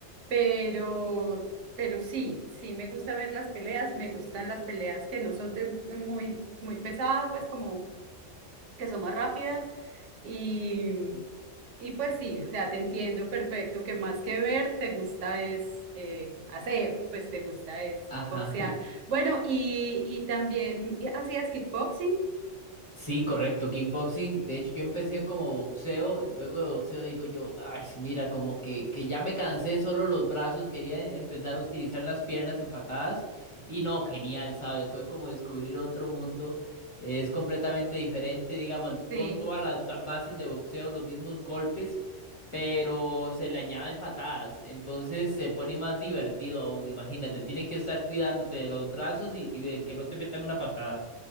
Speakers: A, on the right; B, on the left.
A: pero, pero sí, sí me gusta ver las peleas, me gustan las peleas que no son de muy, muy pesado, pues como que son más rápidas y, y pues sí, o sea, te entiendo perfecto que más que ver, te gusta es eh, hacer, pues te gusta es
B: Ajá.
A: boxear. Bueno, y, y también ¿hacías kickboxing?
B: Sí, correcto, kickboxing. De hecho, yo empecé como boxeo, luego de boxeo digo yo, ay, mira, como que, que ya me cansé de solo los brazos, quería em- empezar a utilizar las piernas en patadas y no, genial, ¿sabes? Fue como descubrir otro mundo, es completamente diferente, digamos,
A: Sí.
B: son todas las ba- bases de boxeo, los mismos golpes, pero se le añaden patadas, entonces se pone más divertido aún, imagínate, tiene que estar cuidándote de los brazos y, y de que no te metan una patada.